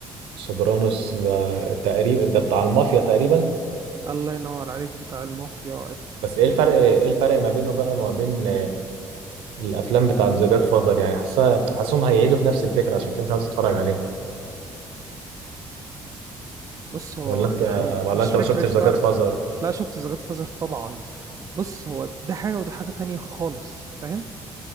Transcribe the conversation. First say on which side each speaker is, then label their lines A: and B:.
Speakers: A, on the right; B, on the right.
A: سوبرانوس ده تقريبا ده بتاع المافيا تقريبا
B: الله ينور عليك بتاع المافيا
A: بس إيه الفرق إيه الفرق ما بينه بقى ما بين الافلام بتاعت ذا جاد فازر يعني حاسه حاسسهم هيعيدوا في نفس الفكره عشان كده مش عايز اتفرج عليه
B: بص هو
A: ولا انت
B: يعني
A: ولا
B: مش
A: انت
B: فكرة
A: ما شفتش ذا
B: فرق
A: جاد فازر
B: لا شفت ذا جاد فازر طبعا بص هو ده حاجة وده حاجة تانية خالص فاهم